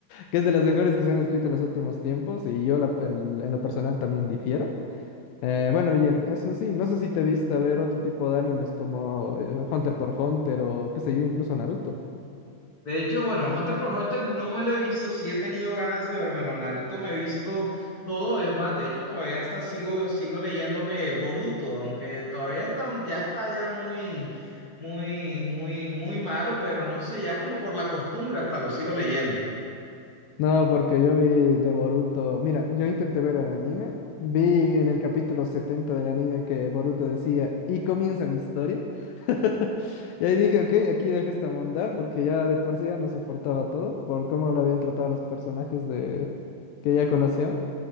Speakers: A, on the left (about 80°); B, on the left (about 40°).
A: que es de las mejores que se han escrito en los últimos tiempos, y yo la- el- en lo personal también difiero. Eh, bueno, y en eso en sí, no sé si te viste a ver otro tipo de animes como eh, Hunter por Hunter o qué sé yo, incluso Naruto.
B: De hecho, bueno, Hunter por Hunter no me lo he visto, sí he tenido ganas de vérmelo. Naruto me he visto todo, es más, de hecho todavía hasta sigo, sigo leyéndome Boruto, aunque todavía está, ya está ya muy, muy, muy, muy malo, pero no sé, ya como por la costumbre hasta lo sigo leyendo.
A: No, porque yo vi de Boruto. Mira, yo intenté ver el anime. Vi en el capítulo 70 del anime que Boruto decía, y comienza mi historia. <laughs> Y ahí dije, ok, aquí dejo esta bondad porque ya de por sí ya no soportaba todo por cómo lo habían tratado a los personajes de que ya conocíamos.